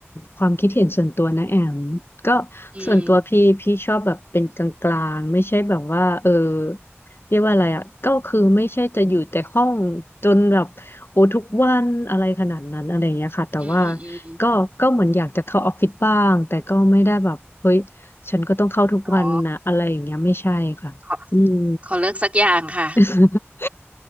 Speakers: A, on the left; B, on the right.
A: ความคิดเห็นส่วนตัวนะแอมก็
B: อืม
A: ส่วนตัวพี่พี่ชอบแบบเป็นกลางๆ ไม่ใช่แบบว่าเออเรียกว่าอะไรอ่ะก็คือไม่ใช่จะอยู่แต่ห้องจนแบบโอ้ทุกวันอะไรขนาดนั้นอะไรอย่างเงี้ยค่ะแต่ว่า
B: อืมอืมอืมอ
A: ก็ก็เหมือนอยากจะเข้าออฟฟิศบ้างแต่ก็ไม่ได้แบบเฮ้ยฉันก็ต้องเข้าทุกวันนะอะไรอย่างเงี้ยไม่ใช่ค่ะอืม
B: มอ๋อขอขอเลือกสักอย่างค่ะ
A: <laughs>